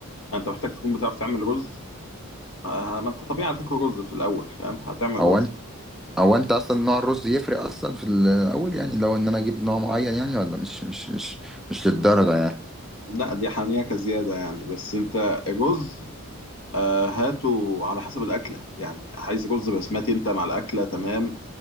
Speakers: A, on the left; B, in the centre.
A: انت محتاج تكون بتعرف تعمل رز آه، ما انت طبيعي هتاكل رز في الاول فاهم هتعمل
B: هو
A: رز
B: هو انت اصلا نوع الرز يفرق اصلا في الاول يعني لو ان انا اجيب نوع معين يعني ولا مش مش مش مش للدرجه يعني
A: لا دي حنيكه زياده يعني بس انت الرز آه، هاته على حسب الاكله يعني عايز رز بسمتي انت مع الاكله تمام